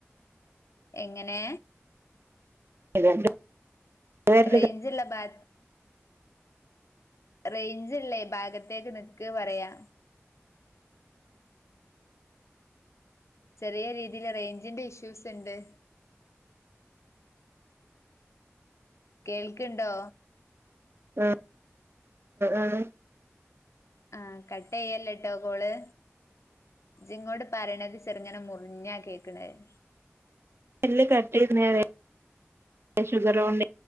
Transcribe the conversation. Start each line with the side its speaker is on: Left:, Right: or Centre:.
Left: എങ്ങനെ
Right: <unintelligible> വെരല്
Left: റേഞ്ജലബാദ് റേഞ്ച്ല്ലേ ഭാഗത്തേക്ക് നിക്ക് പറയാ ചെറിയ രീതിയിൽ റേഞ്ചിന്റെ ഇഷ്യൂസ് ഉണ്ട് കേൾക്കണ്ടോ
Right: ആഹ് ആഹ്
Left: ആഹ കട്ടയ്യല്ല ട്ടോ കോള് ജിങ്ങോട് പരണത് ചെറുങ്ങനെ മുറിഞ്ഞാ കേക്കണഹ്
Right: എല്ല് കട്ട് ചെയ് പറയ്യാ ഷുഗർ കൊണ്ട്